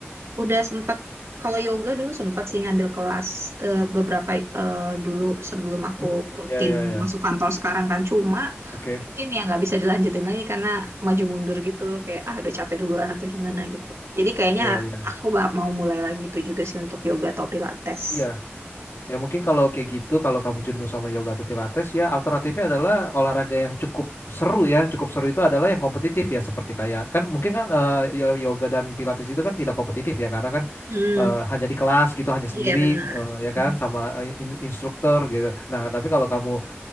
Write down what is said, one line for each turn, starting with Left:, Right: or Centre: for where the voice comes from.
Right: udah sempat kalau yoga dulu sempat sih ngambil kelas eh, beberapa eh, dulu sebelum aku
Left: Hmm,
Right: rutin
Left: ya ya ya.
Right: masuk kantor sekarang kan cuma
Left: Oke,
Right: mungkin ya nggak bisa dilanjutin lagi karena maju mundur gitu kayak ah udah capek duluan atau gimana gitu. Jadi kayaknya
Left: Iya, iya.
Right: aku bak- mau mulai lagi itu juga sih untuk yoga atau pilates.
Left: Iya. Ya mungkin kalau kayak gitu, kalau kamu jenuh sama yoga atau pilates, ya alternatifnya adalah olahraga yang cukup seru ya. Cukup seru itu adalah yang kompetitif ya, seperti kayak kan mungkin kan eh, yo- yoga dan pilates itu kan tidak kompetitif ya, karena kan
Right: Hmm.
Left: eh, hanya di kelas gitu, hanya sendiri
Right: Iya benar.
Left: eh, ya
Right: Hmm.
Left: kan sama eh, in- instruktur gitu. Nah, tapi kalau kamu